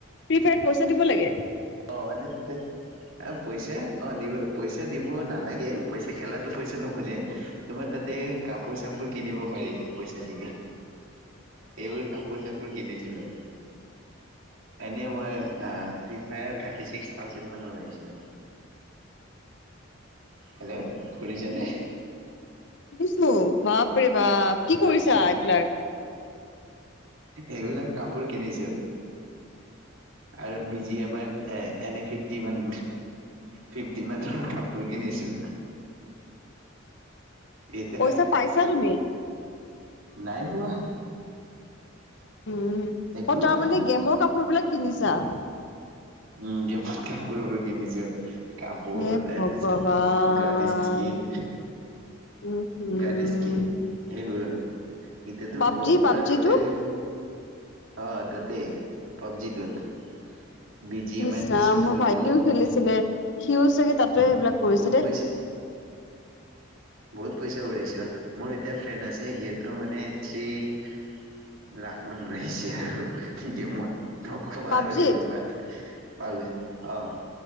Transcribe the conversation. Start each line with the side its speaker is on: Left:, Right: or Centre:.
Left: ফ্ৰী ফায়াত পইচা দিব লাগে?
Right: অ', এনে তাতে অ', পইচা, অ', দিব পইচা দিব নালাগে। পইচা খেলাতো পইচা নোখোজে। তোমাৰ তাতে কাপোৰ চাপোৰ কিনিব পাৰি, পইচা দিকে। এইবোৰ কাপোৰ চাপোৰ কিনিছিলো। এনে মই আ ফ্ৰী ফায়াৰত থাৰ্টি ছিক্স থাউজেণ্ড মান ওৰাইছো। হেল্ল'! শুনিছ নে?
Left: শুনিছো। বাপৰে বা কি কৰিছা, এইবিলাক?
Right: এইবিলাক কাপোৰ কিনিছো। আৰু বি জি এম আইত, এ এনে ফিফটি মান। ফিফটি মানৰ কাপোৰ কিনিছো। এতিয়া,
Left: পইচা পাইছা তুমি
Right: নাই হোৱা।
Left: উম,
Right: একো
Left: অ 'তাৰমানে
Right: হোৱা নাই
Left: গেমৰ কাপোৰ বিলাক কিনিছা?
Right: উম। গেমত কাপোৰবোৰ কিনিছো। কাপোৰ
Left: হে
Right: তাৰপিছত
Left: ভগৱান
Right: গান স্কিন।
Left: উম, হম।
Right: গান স্কিন, সেইবোৰ। এতিয়া তো,
Left: পাবজি পাবজিটো
Right: পুৰা টোটেলি, অ তাতে, পাবজিটোত। বি জি এম
Left: ইছ
Right: আইটো
Left: ৰাম,
Right: চিফ্ট
Left: মোৰ
Right: কৰি
Left: ভাইটিও
Right: দিল ন পাবজি
Left: খেলিছিলে। সিও চাগে তাতে সেইবিলাক কৰিছে
Right: বহুত
Left: দেই
Right: পইচা বহুত পইচা উৰাইছোঁ। মোৰ এতিয়া ফ্ৰেণ্ড আছে। সিওটো মানে থ্ৰী লাখ মান উৰাইছে আৰু গেমত। নকবা
Left: পাবজিত
Right: আৰু এনেকুৱা পা। অ'